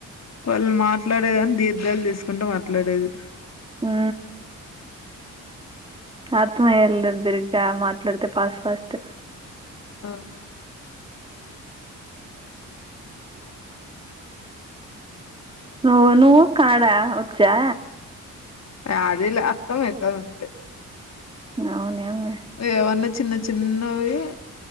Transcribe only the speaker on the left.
వాళ్ళు మాట్లాడేదని దీర్ఘాలు దీస్కుంటే మాట్లాడేది
ఆహ్
ఆ అదిల అస్తంమైతదంతే
ఏవన్నా చిన్న చిన్నవి